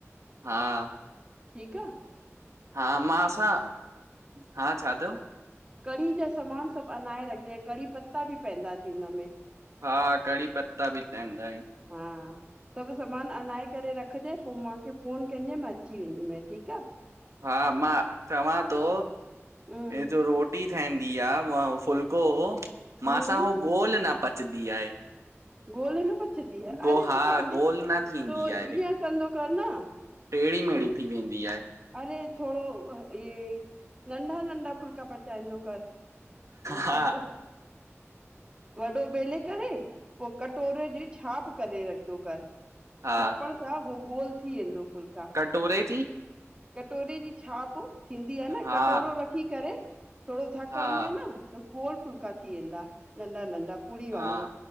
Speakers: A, on the right (about 85°); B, on the right (about 20°).
A: हा।
B: ठीकु आ।
A: हा, मांसां हा, छा थियो?
B: कढ़ी जा सामान सभु अनाए रखजें, कढ़ी पत्ता बि पवंदा ती हुनमें।
A: हा, कढ़ी पत्ता बि पवंदा आहिनि।
B: हा। सभु समान अनाए करे रखजांइ, पोइ मूंखे फोन कजांइ, मां अची वेंदीमइ ठीकु आ।
A: हा मां चवां तो
B: आहे
A: हे जो रो टी ठहंदी आ, व फुल्को
B: हम्म
A: मासां हो गोल न पचदी आहे।
B: गोल न पचदी आ अरे
A: गो हा
B: तूं काथे
A: गोल न थींदी
B: तूं
A: आहे
B: इअं कंदो कर न,
A: टेड़ी मेड़ी थी वेंदी आहे।
B: अरे थोड़ो इहे नंढा -नंढा फुलका पचाईंदो कर। उ
A: हा
B: कट्रो, वॾो बेले करे। पोइ कटोरे जी छाप करे रखदो कर,
A: हा
B: छापण छा हो गोल थी वेंदो फुलका।
A: कटोरे जी?
B: कटोरे जी छाप थींदी आ न,
A: हा
B: कटोरो रखी करे, थोड़ो धक
A: हा
B: हणंदे न त गोल फुलका थी वेंदा, नंढा -नंढा पूड़ी
A: हा
B: वांगुर।